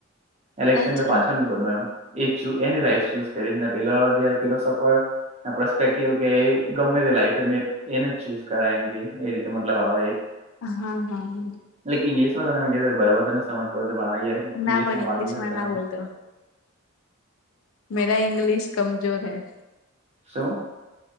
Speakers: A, on the right; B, on the left.
A: એલેક્સેન્ડ
B: અચ્છા
A: પાછો ન એની લને પે ફિલોસફર પ્રસ્પેક્ટિવ કે ગમે તે લાઈફ એને જ ચૂઝ કરાય એમ ગ એ રીતે મતલબ આવે એક
B: હા હા હા
A: એટલે ઇંગ્લશ માં તમે બરાબર તને સમજ પડ પણ યાર
B: ના
A: ઇંગ્શ
B: પણ
A: માં
B: ઇંગ્લિશમાં
A: વાત નકમાં
B: ના બોલતો <inaudible>
A: શો